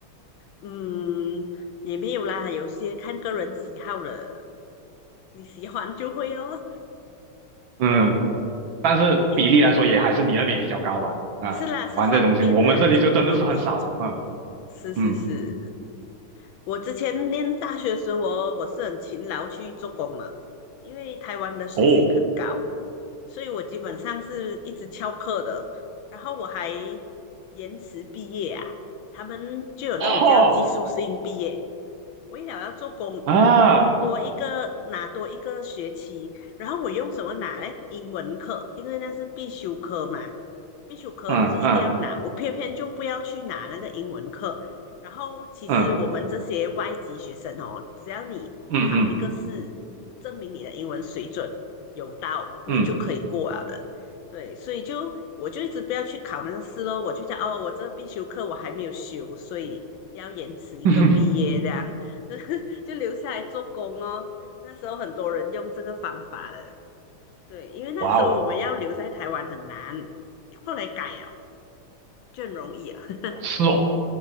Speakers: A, on the left; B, on the right.
A: 嗯，也没有啦，有些看个人喜好了，你喜欢就会哦。<laughs>
B: 嗯。但是比例来说也还是你那边比较高吧？
A: 诶。嗯，
B: 啊，
A: 是啦，是方便啦，
B: 玩这东西，我们这里就真的是很少。
A: 容易做。
B: 嗯
A: 是是是，
B: 嗯，
A: 我之前念大学的时候我我是很勤劳去做工了，因为台湾的时薪很高，
B: 哦，
A: 所以我基本上是一直翘课的。然后我还延迟毕业啊，他们就有那种叫技术性毕业，
B: 哈
A: 为了要做工，
B: 啊，
A: 我多一个拿多一个学期，然后我用什么拿嘞？英文课，因为那是必修课嘛，必修课就是一定要拿，
B: 嗯嗯
A: 我偏偏就不要去拿那个英文课。然后其实我们这些外籍学生哦，
B: 嗯
A: 只要你考一个试，
B: 嗯
A: 证明你的英文水准有到，你就可以过了的。
B: 嗯
A: 对，所以就我就一直不要去考那个试咯，我就想哦，我这个必修课我还没有修，所以要延迟一个毕业这样。
B: 嗯，
A: <laughs> 就留下来做工哦。那时候很多人用这个方法的，对，因为那时候我们要留在台湾很难，
B: <laughs> 哇哦，
A: 后来改了就很容易啊。<laughs>
B: 哦是哦，